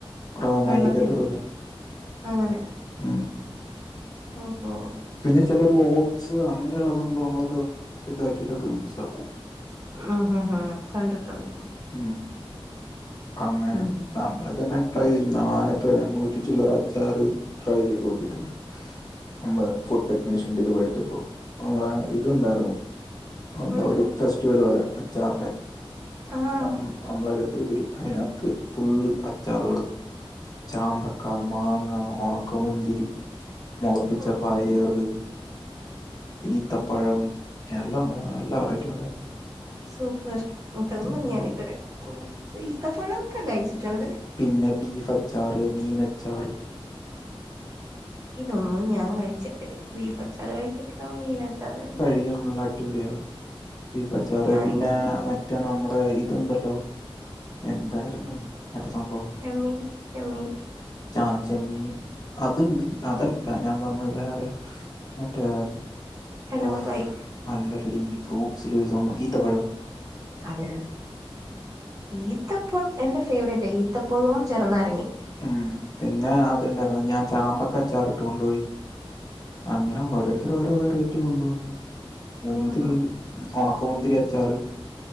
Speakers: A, on the left (about 40°); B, on the right (about 35°).
A: പ്ര
B: വെള്ളത്തിലോ
A: മൈതക്കാത്ത് ഇടൂല
B: അങ്ങനെ
A: ഉം
B: ഓഹോ
A: പിന്നെ ചിലര് ഓട്സ് അങ്ങനെയുള്ള സംഭവങ്ങളൊക്കെ ഇതാക്കിട്ടൊക്കെ മിക്സ് ആക്കും
B: ഉം ഹം ഹ കണ്ടിട്ടുണ്ട്
A: ഉം അങ്ങനെ
B: ഉം
A: നമ്മളതന്നെ ട്രൈ ചെയ നാന എത്രയാ നൂറ്റി ചില്ലറ അച്ചാറ് ട്രൈ ചെയ്ത് നോക്കിയിട്ടുണ്ട് നമ്മ ഫുഡ് ടെക്നീഷ്യന്റെ ഇത് പഠിച്ചപ്പോ നമ്മള ഇതുണ്ടായിരുന്നു എന്താ
B: എന്ത്
A: ഒരു ഫെസ്റ്റിവൽ പോലെ അച്ചാറിന്റെ
B: ആഹ്
A: അം മ്മളൊരു ഇതില് അതിനകത്ത് ഫുള്ള് അച്ചാറുകള് ചാമ്പക്ക മാങ്ങ ഉണക്ക മുന്തിരി മുളപ്പിച്ച
B: ഓ
A: പായറ്
B: ഓ
A: ഈത്തപ്പഴം എല്ലാം ഉണ്ടായിരുന്നു എല്ലാ വെറൈറ്റി ഉണ്ടായിരുന്നു
B: സൂപ്പർത്തന്നു
A: ഉം.
B: ഞാൻ ഇതുവരെ ഈത്തപ്പഴമൊക്കെ കഴിച്ചിട്ടുണ്ട്
A: പിന്നെ ബീഫ് അച്ചാറ് മീനച്ചാറ്
B: ഇതൊന്നും ഞാൻ കഴിച്ചിട്ടില്ല ബീഫ് അച്ചാറ് കഴിച്ചിട്ടില്ല മീൻ അച്ചാറ് കഴിച്ചി
A: നല്ല അടിപൊളിയ ബീഫ് അച്ചാറ്
B: ഞാനിങ്ങനെ
A: പിന്നെ മ മറ്റേ നമ്മുടെ ഇതുണ്ടല്ലോ എന്തായിരുന്നു മറ്റ സംഭവം
B: ചെമ്മീൻ ചെമ്മീൻ
A: ചാ ചെമ്മീന് അതുണ്ട് അതല്ല ഞാൻ പറഞ്ഞത് വേറെയ മറ്റേ
B: കല്ലുമ്മക്കായ്
A: ഓഹ് അല്ല ഗടി ഈ ഫ്രൂട്ട്സില് ഒരു സംഭവം ഈത്ത പഴം
B: അതെ ഈത്തപ്പഴം എന്റെ ഫേവറേറ്റ് ഈത്തപ്പഴും ചെറുനാരങ്ങേം
A: ഉം പിന്നെ അത്ണ്ടായിരുന്നു ഞാൻ ചാമ്പക്ക അച്ചാറിട്ട് കൊണ്ട്പോയി അങ്ങനെ ഓരോരുത്തർ ഓരോ വെറൈറ്റി കൊണ്ടുവന്ന് മുന്തിരി
B: ആഹാ
A: ഉണക്കമുന്തിരി അച്ചാറ്